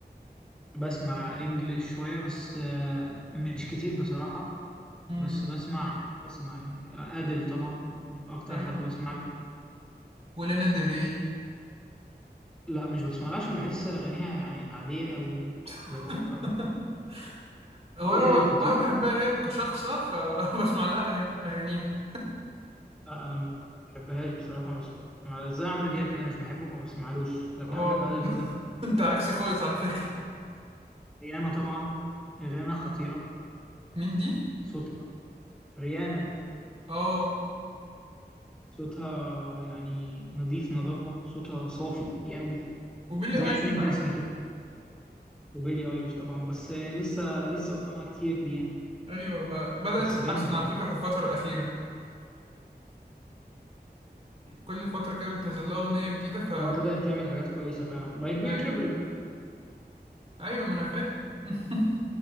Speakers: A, in the centre; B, on the right (about 40°).
A: بسمع انجلش شوية بس آه مش كتير بصراحة
B: امم
A: بس بسمع بسمع يعني آه، أديل طبعا اكتر
B: ايوه
A: حد بسمع له.
B: ولانا دري
A: لا مش بسمع لها عشان بحس اغانيها يعني عادية قوي يعني
B: <laughs>
A: اللي هو آه،
B: هو
A: أديل
B: انا
A: هي اللي خطيرة
B: انا بحبها هي كشخصة فبسمع <laughs> لها أغاني... اغانيها
A: لا انا ما بحبهاش بصراحه ما بسمع زي عمرو دياب كده مش بحبه فما بسمعلوش لكن
B: اه
A: انا بحب عادل جدا
B: <laughs> انت عكسي خالص على فكرة
A: ريانا طبعا ريانا خطيره
B: مين دي
A: صوتها ريانا
B: اه
A: صوتها يعني نظيف نظافه صوتها صافي قوي
B: وبيلي
A: زي
B: ايليش
A: حسين الجسمي
B: على فكرة
A: كده وبيلي ايليش طبعا بس لسه لسه قدامها كتير دي يعني
B: ايوه ب- بدأت
A: بس
B: تتحسن
A: جامده يعني
B: على فكرة في الفترة الأخيرة كل فترة كده بتنزل لها أغنية جديدة ف
A: اه بدات تعمل حاجات كويسه فعلا ما هي
B: ايوه
A: كبرت
B: ايوه ايوه ما انا فاهم <laughs>